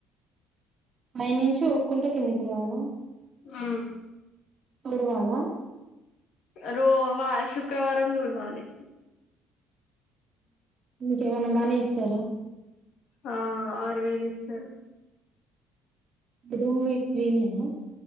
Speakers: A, on the right; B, on the left.
A: పై నుంచి ఒప్పుకుడు కిందికి రావాలా
B: ఆ
A: ఉడువాల
B: రో వా శుక్రవారం తుడవాలి
A: మీకేమన్నా మాని ఇస్తారా
B: ఆ ఆరు వేలు ఇస్తారు
A: రూమ్ మీకు ఫ్రీ నా